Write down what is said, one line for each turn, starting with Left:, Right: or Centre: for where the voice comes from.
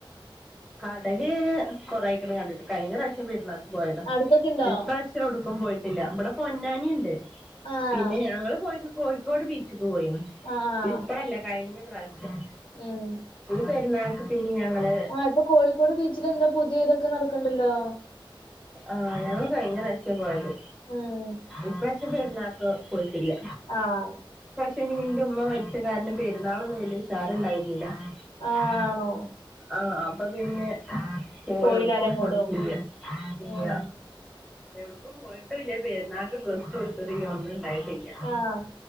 Centre: കടല് കൊറായിക്കണ കണ്ടിട്ട് കയ്ഞ്ഞ പ്രാവശ്യം പെരുന്നാക്ക് പോയതാ
Left: അടുത്തൊക്കെ ഇണ്ടോ?
Centre: ഇ പ്രവശ്യ എവടുക്കും പോയിട്ടില്ല ഇവടെ പൊന്നാനിണ്ട്
Left: ആഹ്
Centre: പിന്നെ ഞങ്ങള് പോയി നി കോഴിക്കോട് ബീച്ചക്ക് പോയിന്ന്
Left: ആഹ്
Centre: ഇപ്പഴല്ല കഴിഞ്ഞ പ്രാവശ്യം
Left: ഉം
Centre: ഈ പെരുന്നാൾക്ക് പിന്നെ ഞങ്ങള്
Left: ആഹ് ഇപ്പൊ കോഴിക്കോട് ബീച്ചിൽ എന്താ പുതിയ ഇതൊക്കെ നടക്കണ്ടല്ലോ?
Centre: ആഹ ഞാൻ കഴിഞ്ഞ പ്രാവശ്യ പോയത്
Left: ഉം
Centre: ഈ പ്രവശ്യ പെരുന്ന പോയിട്ടില്ല
Left: ആഹ്
Centre: പക്ഷെ ഇന്റെ ഉമ്മ മരിച്ച കാരണം പെരുന്നാളൊന്നും വലിയ ഉഷാറണ്ടായിരുന്നില്ല
Left: ആണോ
Centre: ആ ആ അപ്പൊ പിന്നെ ആ പോയി
Left: പോയില്ലാലെ
Centre: എടുക്കും
Left: അങ്ങോടും
Centre: പോയിട്ടില്ല ഇല്ല
Left: ഉം
Centre: എവിടക്കും പോയിട്ടും ഇല്ല പരുന്നാക്ക് ഡ്രസ് എട്ത്തിട്ടില്ല ഒന്നും ഉണ്ടായിട്ടില്ല. <inaudible>
Left: ആഹ്